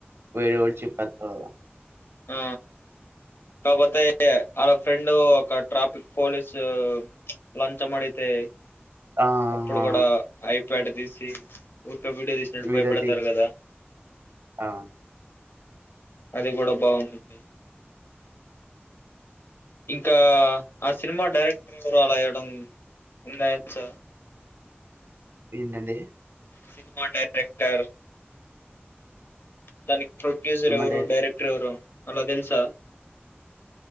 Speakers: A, on the right (about 70°); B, on the left (about 65°).
A: వేరు వరిచ్చి పత్రద
B: ఆ కాపోతేయి అ అన ఫ్రెండ్ ట్రాఫిక్ పోలీస్ లంచ మతే
A: ఆహా!
B: అప్పుడు కూడా ఐప్యాడ్ దసి ఇక్క వీడియో తీసినట్టు
A: వీడది
B: భయపడతారు కదా
A: ఆ!
B: అది కూడా బాఉండుద్ది ఇంకా ఆ సినిమా డైరెక్టర్ అలా వయడం ఉన్నాయ సా
A: ఏంటండడి
B: సినిమా డైరెక్టర్ తని ప్రొడ్యూసర్
A: మరే
B: ఎవరు డైరెక్టర్ ఎవరు అలాదన్సా